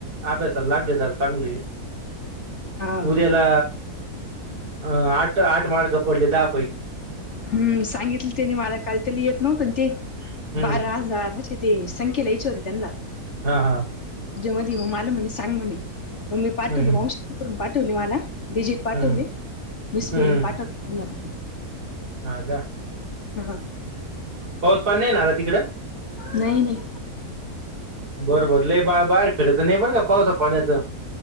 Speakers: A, on the right; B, on the left.
A: अभ्यासात लागली जरा चांगली.
B: हा
A: उद्याला अ आठ आठ मार्क पडले तर
B: हम्म सांगितलं त्यांनी मला. काय तेला येत नव्हतं ना ते
A: हम्म
B: बारा हजार. की ते संकेला विचरत होते त्यांला.
A: हा हा.
B: तुझ्या मधी मग मला म्हणे सांग म्हणे, मग मी
A: हम्म
B: पाठवले
A: हम्म
B: माऊशीने तिकडून पाठवले मला. डिजिट पाठवले
A: हम्म
B: मी स्पेलिंग
A: हम्म हम्म.
B: पाठवले <unintelligible>
A: हा का?
B: हा.
A: पाऊस पाणी नाही ना आता तिकडं?
B: नाही नाही.
A: बरं बरं लई बा-बाहेर फिरायचं नाही बरं का पावसा पाण्याचं.